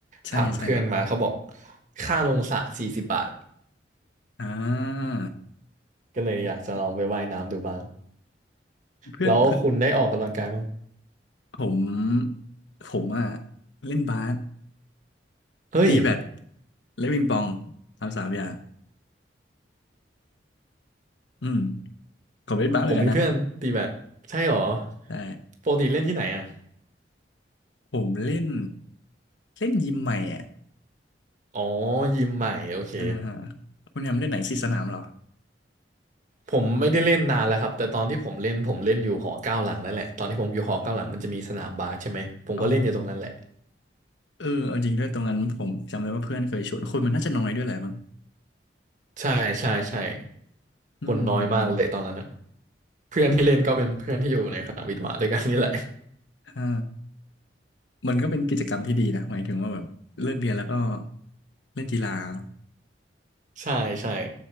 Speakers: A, on the left; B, on the right.
A: ใช่ใช่
B: ถามเพื่อนมาเขาบอกค่าลงสระสี่สิบบาท
A: อ่า
B: ก็เลยอยากจะลองไปว่ายน้ำดูบ้าง
A: ผมเพื่อนเพื่อน
B: แล้วคุณได้ออกกำลังกายบ้าง
A: ผมผมอ่ะเล่นบาส
B: เฮ้ย
A: ตีแบดและวิงปองทำสามอย่างอืมผมเล่นบาสเหมือนกันนะ
B: ผมมีเพื่อนตีแบดใช่หรอ
A: ใช่
B: ปกติเล่นที่ไหนอ่ะ
A: ผมเล่นเล่นยิมใหม่อ่ะ
B: อ๋อยิมใหม่โอเค
A: อ่าฮะคุณแฮมเล่นไหนสี่สนามเหรอ
B: ผมไม่ได้เล่นนานแล้วครับแต่ตอนที่ผมเล่นผมเล่นอยู่หอเก้าหลังนั่นแหละตอนที่ผมอยู่หอเก้าหลังมันจะมีสนามบาสใช่ไหมผมก็เล่นอยู่ตรงนั้นแหละ
A: อ๋อเออเอาจริงด้วยตรงนั้นผมจำได้ว่าเพื่อนเคยชวนคนมันน่าจะน้อยด้วยแหละมั้ง
B: ใช่ใช่ใช่
A: อืมอืมอืม
B: คนน้อยมากเลยตอนนั้นนะเพื่อนที่เล่นก็เป็นเพื่อนที่อยู่ในคณะวิทย์วะด้วยกันนี่แหละ
A: อ่ามันก็เป็นกิจกรรมที่ดีนะหมายถึงว่าแบบเลิกเรียนแล้วก็เล่นกีฬาเนอะ
B: ใช่ใช่